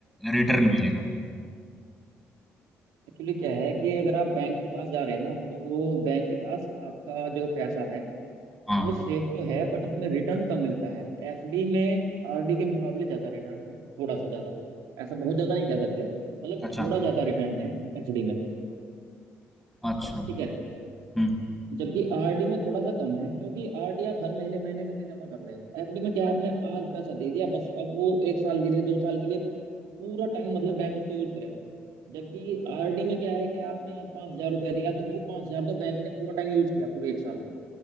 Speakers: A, in the centre; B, on the right (about 70°).
A: रिटर्न मिलेगा
B: एक्चुअली क्या है कि अगर आप बैंक के पास जा रहे हैं ना तो बैंक के पास आपका जो पैसा है
A: हाँ
B: वो सेफ तो है बट उसमें रिटर्न कम मिलता है एफडी में आरडी के मुकाबले ज्यादा रिटर्न है थोड़ा सा ज्यादा ऐसा बहुत ज्यादा नहीं कह सकते मतलब
A: अच्छा
B: थोड़ा ज्यादा रिटर्न है एफडी में
A: अच्छा
B: ठीक है
A: हम्म
B: जबकि आरडी में थोड़ा सा कम है क्योंकि आरडी आप हर महीने महीने करके जमा कर रहे हो एफडी में क्या है, आपने आज पैसा दे दिया बस अब वो एक साल के लिए दो साल के लिए पूरा टाइम मतलब बैंक उसको यूज करेगा जबकि आरडी में क्या है कि आपने आज पांच हजार रुपया दिया तो वो पांच हजार तो बैंक ने पूरा टाइम यूज किया पूरे एक साल